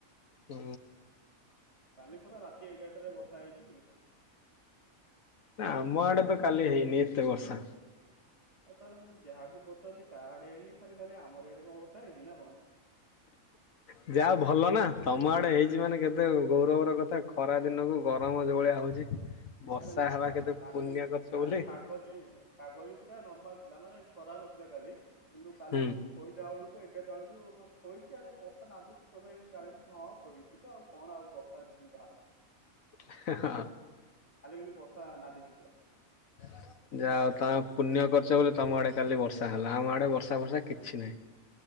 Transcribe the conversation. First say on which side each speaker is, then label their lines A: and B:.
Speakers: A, on the left (about 65°); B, on the left (about 20°).
A: ହୁଁ।
B: କାଲି ପୁରା ରାତି ଏଗାରଟାରେ ବର୍ଷା ହେଇଛି ଟିକେ।
A: ଆମ ଆଡ଼େ ତ କାଲି ହେଇନି ଏତେ ବର୍ଷା।
B: ଆଉ ତାହେଲେ ମୁଁ ଯାହାକୁ ପଚାରୁଛି କାହାଆଡେ ହେଇନି ଖାଲି ଖାଲି ଆମର ଆଡେ ଏ କଣ ବର୍ଷା ହେଇଛି ନା କଣ?
A: ଯାହା ହଉ ଭଲ ନା ତମ ଆଡେ ହେଇଛି ମାନେ କେତେ ଗୌରବର କଥା ଖରା ଦିନକୁ ଗରମ ଯେଉ ଭଳିଆ ହଉଛି। ବର୍ଷା
B: ଆରେ ନା
A: ହେବା କେତେ
B: କାଲି
A: ପୁଣ୍ୟ କରିଛ
B: କାଲି
A: ବୋଲି
B: ପାଗ ବି ପାଗ ବି ପୁରା ନର୍ମାଲ ଥିଲା ମାନେ ଖରା ନଥିଲା କାଲି କିନ୍ତୁ କାଲି
A: ହୁଁ
B: ମୁଁ ଶୋଇଲା ବେଳକୁ ଏଗାରଟା ବେଳକୁ ମାନେ ଶୋଇଛି ଏଆଡେ ବର୍ଷା ନାଦୁଛି ତଥାପି ମୁଁ ଜାଣିବି ହଁ ଶୋଇଛି ତ ଆଉ କଣ ଆଉ ବର୍ଷା <unintelligible>
A: ହି ହିଁ।
B: କାଲି କିନ୍ତୁ ବର୍ଷା ନାଦିଛି ପୁରା।
A: <inaudible> ଯାଅ ତମେ ପୁଣ୍ୟ କର୍ଛ ବୋଲି ତମ ଆଡ଼େ କାଲି ବର୍ଷା ହେଲା ଆମ ଆଡ଼େ ବର୍ଷା ଫର୍ଷା କିଛି ନାହିଁ।